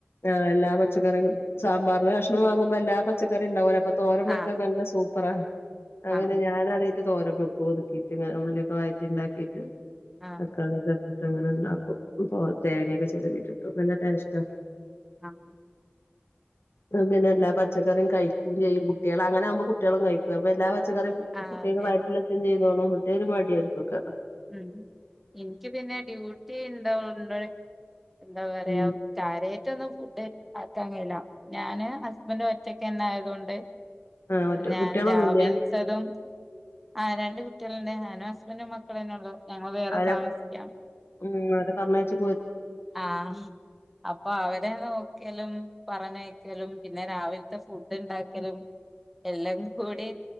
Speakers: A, on the left (about 70°); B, in the centre.
A: ആഹ് എല്ലാ പച്ചക്കറിം സാമ്പാറിന് കഷണം വാങ്ങുമ്പോ എല്ലാ പച്ചക്കറിയ ഉണ്ടാവുംലെ അപ്പൊ തോ തോരൻ വെക്കാൻ
B: ആഹ്
A: നല്ല സൂപ്പറാ അങ്ങനെ
B: ആഹ്
A: ഞാൻ അതെ കുറച്ചു തോര വെക്കും ഒതുക്കിയിട്ട്ങ്ങനെ ഉള്ളിയൊക്കെ വയറ്റി ഉണ്ടാക്കിയിട്ട്
B: ആഹ്
A: തക്കാളി ഒക്കെ ഇട്ടിട്ട് അങ്ങനെണ്ടാക്കും തേങ്ങൊക്കെ ചെരകി ഇട്ടിട്ട് നല്ല ടേസ്റ്റ് ആണ്
B: ആഹ
A: പിന്നെ എല്ലാ പച്ചക്കറിയ കഴിക്കും ചെയ്യും കുട്ടികളും അങ്ങനെ ആവുമ്പോൾ കുട്ടികളും കഴിക്കും അപ്പൊ എല്ലാ പച്ചക്കറീം
B: ആഹ്
A: കുട്ടികൾക്ക്
B: അതെ
A: വയറ്റിൽ എത്തും ചെയ്യും എത്തിയ ഒരു മടിയായിരിക്കും ഒക്കെ
B: ഉം എനിക്ക് പിന്നെ ഡ്യൂട്ടി ഉണ്ടായൊണ്ട് എന്താ പറയാ
A: ഉം
B: കാര്യായിട്ട് ഒന്നും ഫുഡ് ഉണ്ടാക്കാൻ കഴിയൂല ഞാനും ഹസ്ബന്ഡും ഒറ്റക്കെ ആയത് കൊണ്ട്
A: ആഹ് ഒറ്റ
B: ഞാൻ
A: കുട്ടികളൊന്നുംല്ലേ
B: രാവിലത്തതും ആ രണ്ട് കുട്ടികളുണ്ട് ഞാനും ഹസ്ബൻറും മക്കളന്നെ ഉള്ളോ ഞങ്ങള് വേറെ
A: അവരെ
B: താമസിക്കാം
A: ഉം അവരെ പറഞ്ഞു അയച്ചു
B: ആഹ അപ്പൊ അവരെ നോക്കിയാലും പറഞ്ഞക്കലും പിന്നെ രാവിലത്തെ ഫുഡ് ഉണ്ടാക്കലും എല്ലാം കൂടെ